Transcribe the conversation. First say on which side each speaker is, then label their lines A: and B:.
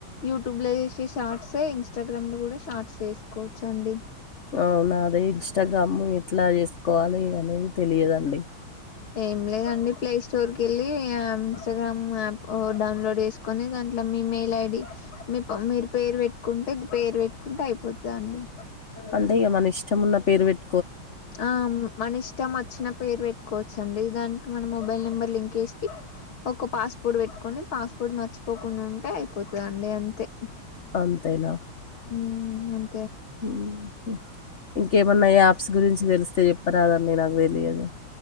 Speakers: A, on the left (about 80°); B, on the left (about 45°).
A: యూట్యూబ్ లో ఏసే షార్ట్సే ఇన్స్టాగ్రామ్ లో కూడా షార్ట్స్ ఏసుకోవచ్చండి
B: అవునాదే ఇంస్టాగ్రామ్ ఎట్లా చేసుకోవాలి అనేది తెలియదండి
A: ఏం లేదండి ప్లే స్టోర్ కెళ్ళి అం ఇంస్టాగ్రామ్ యాప్ డౌన్లోడ్ చేసుకొని దాంట్లో మీ మెయిల్ ఐ డి మీ టైం మీరు పేరు పెట్టుకుంటే పేరు పెట్టుకుంటే అయిపోతుందండి
B: అంటే ఇగ మన ఇష్టమున్న పేరు పెట్
A: ఆ మన ఇష్టం వచ్చిన పేరు పెట్టుకోవచ్చండి దాని కి మన మొబైల్ నెంబర్ లింకేసికి ఒక పాస్పోర్ట్ పెట్టుకొని పాస్వోర్ట్ మర్చిపోకుండుంటే అయిపోతదండి అంతే
B: అంతేనా
A: ఉమ్ అన్
B: ఊహూ ఇంకేమన్నా యాప్స్ గురించి తెలిస్తే చెప్ ప్పరాదండి నాకు తెలియదు